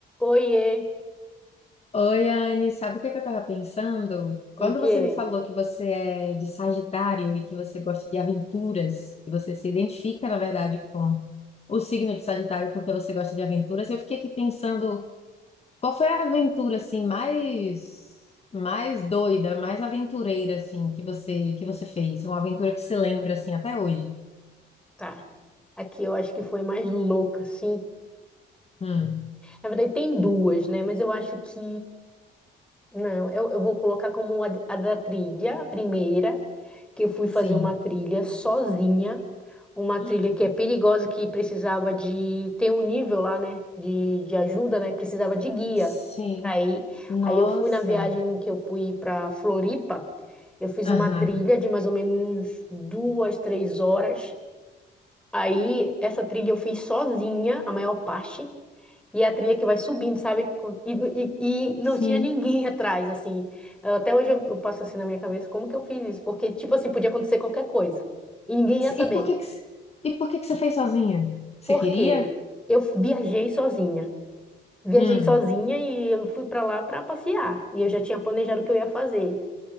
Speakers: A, in the centre; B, on the left.
A: Oiê,
B: Oi, Anne, sabe o que que eu tava pensando? Quando
A: o que?
B: você me falou que você é de Sagitário e que você gosta de aventuras, e você se identifica, na verdade, com o signo de Sagitário porque você gosta de aventuras, eu fiquei aqui pensando, qual foi a aventura assim mais mais doida, mais aventureira assim que você que você fez? Uma aventura que se lembra assim até hoje?
A: Tá. Aqui eu acho que foi mais louca, sim.
B: Hum,
A: Na verdade, tem duas, né? Mas eu acho que. Não, eu, eu vou colocar como a, d- a da trilha, a primeira, que eu fui fazer
B: sim.
A: uma trilha sozinha. Uma trilha
B: <gasps>
A: que é perigosa, que precisava de. Tem um nível lá, né? De, de ajuda, né? Precisava de guia
B: Sim.
A: pra ir.
B: Nossa.
A: Aí eu fui na viagem que eu fui pra Floripa. Eu fiz
B: Aham.
A: uma trilha de mais ou menos duas, três horas. Aí, essa trilha eu fiz sozinha, a maior parte. E é a trilha que vai subindo, sabe? Com- E, e, e não
B: Sim.
A: tinha ninguém <laughs> atrás, assim. Eu- Até hoje eu, eu passo assim na minha cabeça, como que eu fiz isso? Porque, tipo assim, podia acontecer qualquer coisa. E ninguém ia saber.
B: E por que que, c- e por que que você fez sozinha? Você
A: Por
B: queria?
A: quê? Eu viajei sozinha. Viajei
B: Hum,
A: sozinha e eu fui pra lá pra passear. E eu já tinha planejado o que eu ia fazer.